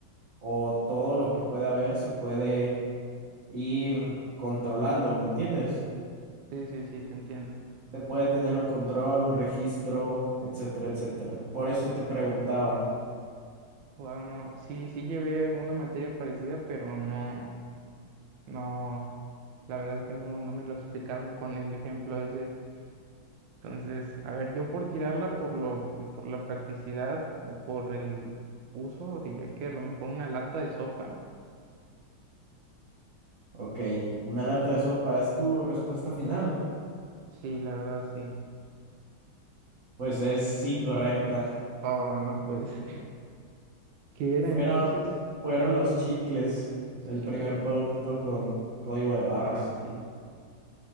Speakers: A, on the right; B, on the right.
A: o todo lo que puede haber se puede ir controlando, ¿me entiendes?
B: sí, sí, sí, te entiendo.
A: Se puede tener un control, un registro, etcétera, etcétera. Por eso te preguntaba,
B: Wow, no, sí, sí llevé alguna materia parecida, pero no, no, la verdad que no, no me lo explicaron con el ejemplo ese Entonces, a ver, yo por tirarla por lo, por la practicidad o por el uso, diría que a lo mejor una lata de sopa.
A: ok, ¿una lata de sopa es tu respuesta final?
B: Sí, la verdad sí.
A: Pues es incorrecta.
B: Oh, no puede ser. <laughs> ¿Qué era
A: Fueron,
B: entonces?
A: fueron los chicles,
B: Los
A: el
B: chicles.
A: primer producto con código de barras.
B: Ah, sí,